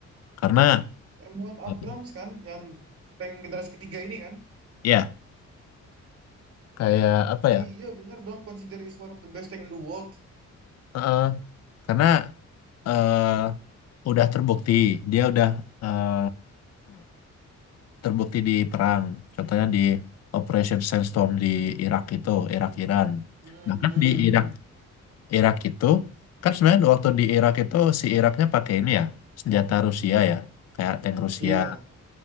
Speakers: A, on the left; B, on the right.
A: karena
B: M1
A: eh,
B: Abrams kan yang tank generasi ketiga ini kan?
A: ya kayak apa
B: Oh
A: ya
B: iya, bener dong. Consider is one of the best tank in the world.
A: eh, karena eh, udah terbukti dia udah eh, terbukti di perang contohnya di Operation Sandstorm di Irak itu Irak Iran
B: Mhm.
A: nah kan di Irak Irak itu kan sebenarnya waktu di Irak itu si Iraknya pakai ini ya senjata Rusia ya kayak tank Rusia
B: Iya.